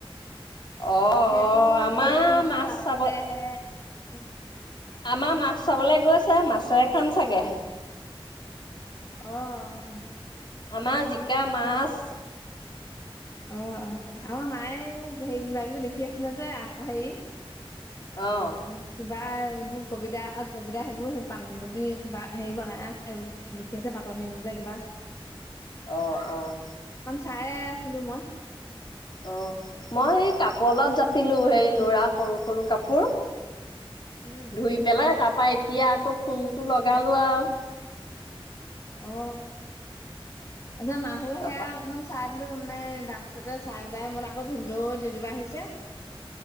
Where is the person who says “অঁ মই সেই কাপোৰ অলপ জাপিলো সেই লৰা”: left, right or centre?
Left